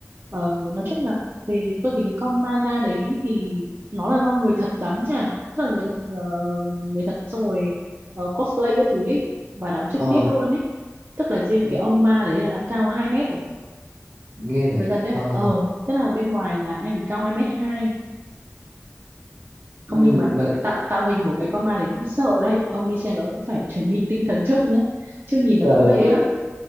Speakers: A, on the right; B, on the right.
A: Ờ, nói chung là về tôi thấy cái con ma da đấy thì nó là do người thật đóng nha tức là người thật ờ, người thật xong rồi ờ, cosplay các thứ ấy và đóng trực
B: Ờ.
A: tiếp luôn ấy tức là riêng
B: Ừ.
A: cái ông ma đấy là đã cao 2 mét rồi
B: ghê
A: người
B: vậy.
A: thật đấy
B: ờ
A: ờ tức là bên ngoài là anh ấy cao 2 mét hai không
B: ừm,
A: nhưng mà
B: vậy thì
A: tạo tạo hình của cái con ma đấy cũng sợ đấy ông đi xem là ông cũng phải chuẩn bị tinh thần trước nhé nhá chứ nhìn là
B: trời
A: cũng ghê
B: tôi
A: á